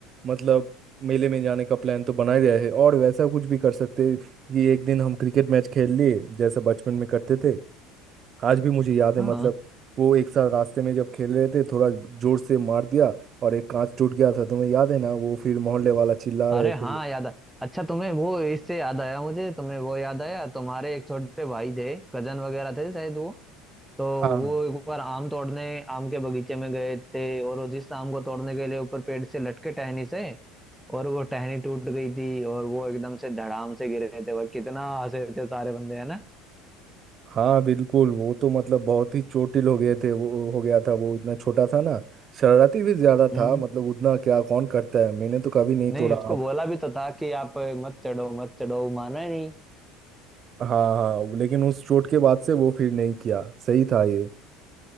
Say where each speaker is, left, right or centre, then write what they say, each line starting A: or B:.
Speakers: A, on the right; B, in the centre.
A: मतलब मेले में जाने का प्लान तो बना ही रहा है और वैसा कुछ भी कर सकते हैं कि एक दिन हम क्रिकेट मैच खेल लिए जैसे बचपन में करते थे आज भी मुझे याद है
B: हाँ
A: मतलब वो एक साथ रास्ते में जब खेल रहे थे थोड़ा जोर से मार दिया और एक कांच टूट गया था तुम्हें याद है ना वो फिर मोहल्ले वाला चिल्ला
B: अरे
A: रहे थे
B: हाँ याद आ अच्छा तुम्हें वो इससे याद आया मुझे तुम्हें वो याद आया तुम्हारे एक छोटे भाई थे कजन वगैरह थे शायद वो तो
A: हाँ
B: वो एक बार आम तोड़ने आम के बगीचे में गए थे और वो जिस आम को तोड़ने के लिए ऊपर पेड़ से लटके टहनी से और वो टहनी टूट गई थी और वो एकदम से धड़ाम से गिर रहे थे वह कितना हंसे थे सारे बंदे है ना
A: हाँ बिल्कुल वो तो मतलब बहुत ही चोटिल हो गए थे वो हो गया था वो इतना छोटा था ना शरारती भी ज्यादा
B: हम्म
A: था मतलब उतना क्या कौन करता है मैंने तो कभी नहीं
B: नहीं
A: तोड़ा
B: उसको बोला भी तो था कि आप मत चढ़ो मत चढ़ो वो माना ही नहीं
A: हाँ हाँ लेकिन उस चोट के बाद से वो फिर नहीं किया सही था ये